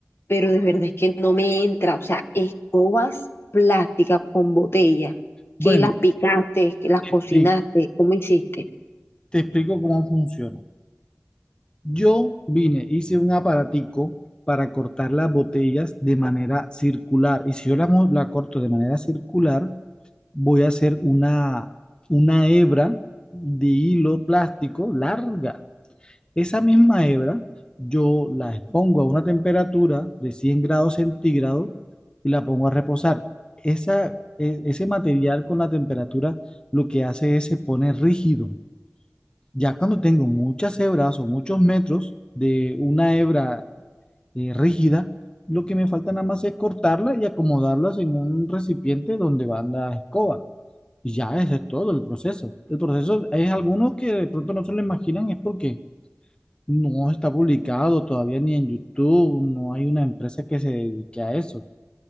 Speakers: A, on the left; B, on the left.
A: pero de verdad es que no me entra, o sea, escobas plásticas con botella,
B: Bueno,
A: que las picaste, que las
B: te
A: cocinaste,
B: explico,
A: ¿cómo hiciste?
B: te explico cómo funciona. Yo vine, hice un aparatico para cortar las botellas de manera circular. Y si yo la, mo- la corto de manera circular, voy a hacer una, una hebra de hilo plástico larga. Esa misma hebra yo la expongo a una temperatura de 100 grados centígrados y la pongo a reposar. Esa, e- ese material con la temperatura lo que hace es se pone rígido. Ya cuando tengo muchas hebras o muchos metros de una hebra eh, rígida, lo que me falta nada más es cortarla y acomodarlas en un recipiente donde van las escobas. Y ya ese es todo el proceso. El proceso es algunos que de pronto no se lo imaginan, es porque no está publicado todavía ni en YouTube, no hay una empresa que se dedique a eso.